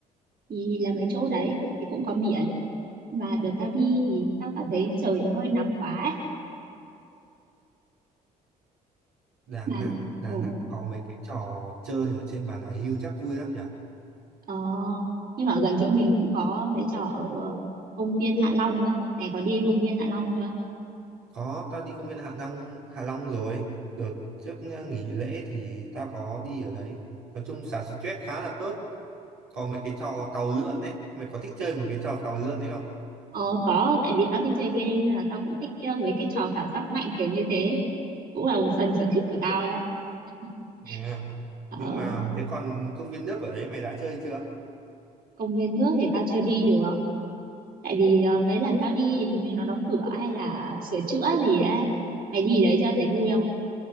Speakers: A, on the right; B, on the right.
A: thì là mấy chỗ đấy thì cũng có biển mà đợt tao đi thì tao cảm thấy trời nó hơi nắng quá ấy.
B: Đà
A: mà
B: Nẵng Đà
A: ừ,
B: Nẵng có mấy cái trò chơi ở trên Bà Nà Hưu chắc vui lắm nhỉ
A: ờ, nhưng mà ở gần chỗ mình cũng có mấy trò ở ờ, công viên Hạ Long á này có đi công viên Hạ Long chưa
B: có tao đi công viên Hạ Long Hạ Long rồi đợt trước ờ, nghỉ lễ thì tao có đi ở đấy nói chung xả stress khá là tốt có mấy cái trò tàu lượn ấy mày có thích chơi một cái trò tàu lượn ấy không
A: ờ, có tại vì tao thích chơi game nên là tao cũng thích ờ, mấy cái trò cảm giác mạnh kiểu như thế cũng là một phần sở thích của tao đấy <laughs>
B: Yeah.
A: ờ
B: nhưng mà thế còn công viên nước ở đấy mày đã chơi chưa
A: công viên nước thì tao chưa đi được tại vì ờ, mấy lần tao đi thì hình như nó đóng cửa hay là sửa chữa gì á mày đi đấy chưa thấy vui không